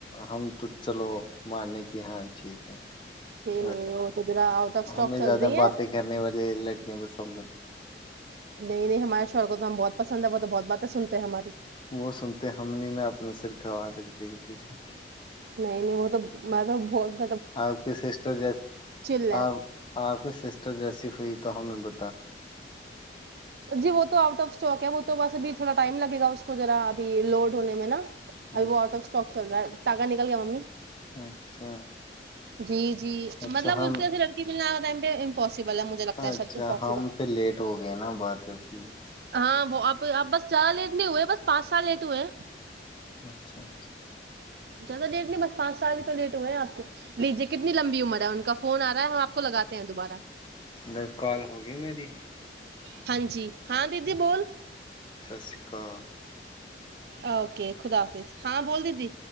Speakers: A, on the left (about 25°); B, on the right (about 60°).
A: ہم تو چلو مانے کہ ہاں ٹھیک ہے
B: جی
A: ب
B: نہیں وہ تو ذرا آؤٹ آف اسٹاک
A: ہمیں
B: چل
A: زیادہ
B: رہی ہے
A: باتیں کرنے والے لڑکیاں بس س <unintelligible>
B: نہیں نہیں ہمارے شوہر کو تو ہم بہت پسند ہے وہ تو بہت باتیں سنتے ہیں ہماری
A: وہ سنتے ہم نہیں نا اپنا سر کھوا سکتے کسی سے
B: نہیں نہیں وہ تو میں تو ب
A: آپ کی سسٹر جی
B: چل
A: آپ
B: ہے
A: آپ کی سسٹر جیسی ہوئی تھی تو ہمیں ب
B: جی وہ تو آؤٹ آف اسٹاک ہے وہ تو بس اب۔ تھوڑا ٹائم لگے گا اس کو ذرا ابھی لوڈ ہونے میں نا۔ ابھی
A: اچھا
B: وہ آوٹ آف اسٹاک چل رہا ہے نا۔ تاگہ نکل گیا ممی۔
A: اچھا
B: جی جی
A: اچھا
B: مطلب
A: ہم
B: اس جیسی لڑکی میں <unintelligible> بلا مجھے لگتا ہے
A: اچھا
B: سب <unintelligible>
A: ہم پھر لیٹ ہو گئے نا بات۔ س ہے <inaudible>
B: ہاں وہ اپ بس زیادہ لیٹ نہیں ہوئے بس پانچ سال لیٹ ہوئے ہیں۔
A: اچھا اچھا۔
B: زیادہ لیٹ نہیں بس پانچ سال ہی تو لیٹ ہوئے ہیں آپ کے لیجیے کتنی لمبی عمر ہے ان کا فون آ رہا ہے ہم آپ کو لگاتے ہیں دوبارہ۔
A: د کال ہوگی میری۔
B: ہاں جی ہاں دیدی بول۔
A: سسری کال۔
B: اوکے خدا حافظ ہاں بول دیدی۔